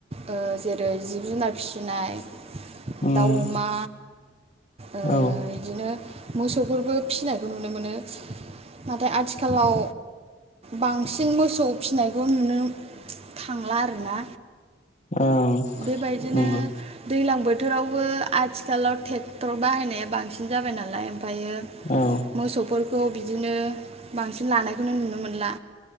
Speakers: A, on the right; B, on the left.
A: ओ जेरै जिब-जुनार फिसिनाय
B: उम
A: दाउ, अमा ओ
B: औ
A: इदिनो मोसौफोरबो फिसिनायखौ नुनो मोनो नाथाय आथिखालाव बांसिन मोसौ फिसिनायखौ नुनो थांला आरोना
B: ओं
A: बेबायदिनो
B: नंगौ
A: दैलां बो थोरावबो आथिखालाव टेक्टर बाहायनाया बांसिन जाबाय नालाय ओमफायो
B: औ
A: मोसौफोर खौ बिदिनो बांसिन लानायखौनो नुनो मोनला